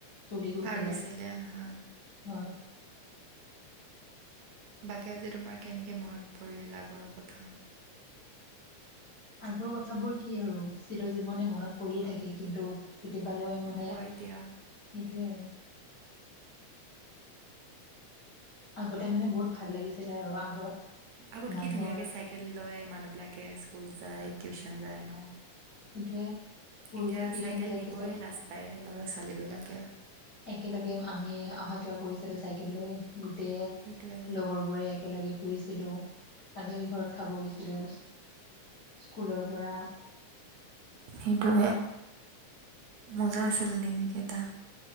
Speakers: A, on the left; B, on the right.
A: চলি গৈছিলে।
B: পাৰ হৈছিলে হা
A: হয়।
B: বাকী আজি তোমাৰ কেনেকে মনত পৰিল আগৰ কথা।
A: আগৰ কথাবোৰ কি আৰু চিৰ জীৱনে মনত পৰিয়ে থাকে কিন্তু কে তিবালৈ মানে
B: হয়
A: সেইটোয়ে
B: দিয়া
A: আৰু আগতে মানে বহুত ভাল লাগিছিলে আৰু আগত।
B: আগত
A: মানুহৰ
B: কি ধুনীয়াকে চাইকেল লয় মানুহ বিলাকে স্কুল যায় টিউশন যায় ন?
A: সেইটোৱে। স্কুল
B: এতিয়া
A: যায় টিউচন
B: চাইকেল
A: যায়
B: নিবয়ে
A: পিছত
B: লাজ পাই। ল'ৰা ছোৱালীবিলাকে।
A: একেলগে আমি অহা যোৱা কৰিছিলো চাইকেল লৈ। গোটেই
B: সেইটোৱে
A: লগৰ বোৰে একেলগে। ফুৰিছিলোঁ। আলহী ঘৰত খাব গৈছিলো, স্কুলৰ পৰা।
B: সেইটোৱে মজা আছিল দিনকেটা।